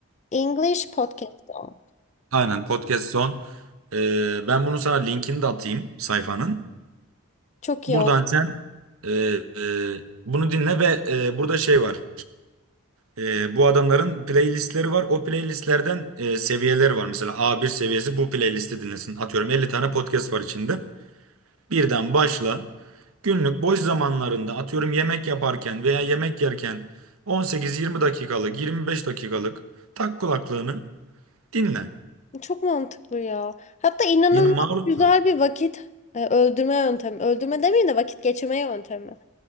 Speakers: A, on the left (about 30°); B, on the right (about 75°).
A: English podcast o.
B: Aynen podcast son. Ee, ben bunu sana linkini de atayım sayfanın.
A: Çok
B: Buradan
A: iyi
B: sen e, e, bunu dinle ve e, burada şey var. E, bu adamların playlistleri var. O playlistlerden e, seviyeleri var. Mesela a bir seviyesi bu playlisti dinlesin. Atıyorum 50 tane podcast var içinde. Birden başla. Günlük boş zamanlarında atıyorum yemek yaparken veya yemek yerken 18-20 dakikalık, 25 dakikalık tak kulaklığını dinle.
A: Çok mantıklı ya. Hatta inanılmaz
B: Yani maruz
A: güzel
B: kal.
A: bir vakit e, öldürme yöntemi. Öldürme demeyeyim de vakit geçirme yöntemi.